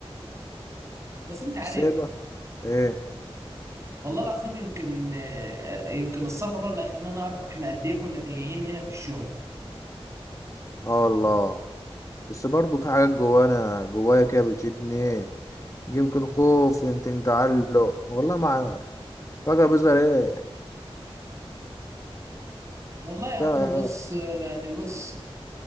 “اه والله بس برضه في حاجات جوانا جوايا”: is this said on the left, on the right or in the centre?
Left